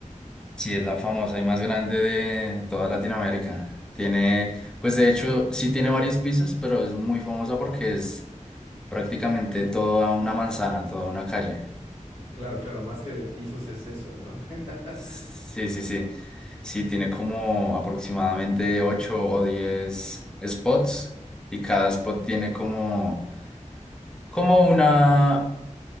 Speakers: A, in the centre; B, on the right.
A: Sí, es la famosa y más grande de toda Latinoamérica. Tiene, pues de hecho, sí tiene varios pisos, pero es muy famosa porque es prácticamente toda una manzana, toda una calle.
B: Claro, claro, más que de pisos es eso, ¿no?
A: Sí,
B: <laughs>
A: sí, sí. Sí, tiene como aproximadamente 8 o 10 spots y cada spot tiene como, como una,